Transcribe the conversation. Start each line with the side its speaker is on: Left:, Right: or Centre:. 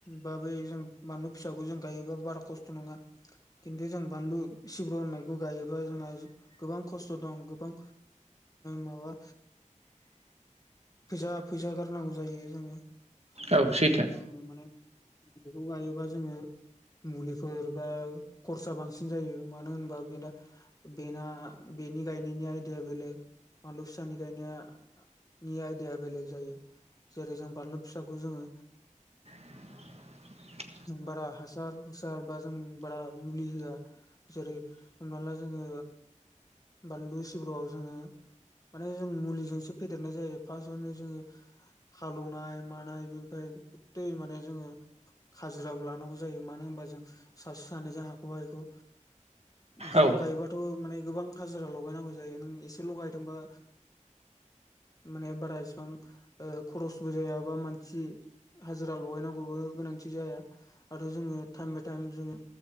Left: बा बै जों बानलु फिसाखौ जों गायोबा बारा खस्थ' नङा खिन्थु जों जों बानलु सिब्र' होननायखौ गायोबा जोंहा गोबां खस्थ' दं बिफां माबा फैसा फैसा गारनांगौ जायो जोङो
Right: औ
Left: आरो
Right: सैथो
Left: जो माने बेखौ गायोबा जोङो मुलिफोर बा खरसा बांसिन जायो मानो होनबा बे बेना बेनि गाय नि आयदिया बेलेग आनलु फिसानि गायनो नि आयदाया बेलेग जायो जेरै जों बानलु फिसाखौ जोङो
Right: <inaudible>
Left: बारा हासाल सारबा जों बारा मुलि होआ जेरै हमना ला जोङो बानलु सिब्रुआव जोङो माने जों मुलिजोंसो फेदेरनाय जायो फार्स्टआवनो जोङो हालौवनाय मानाय बेनिफ्राय गै माने जोङो खाजिराबो लानांगौ जायो मानो हो बा जों सासे सानैजों हाख' हिखौ गोबां
Right: औ
Left: गायोबाथ' माने गोबां हाजिरा लगायनांगौ जायो नों एसे लगायदोंबा माने बारा इसिबां ओ खरसबो जायाबा मानसि हाजिरा लगायनांगौबो गोनांथि जाया आरो जोङो टाइम बाय टाइम जोङो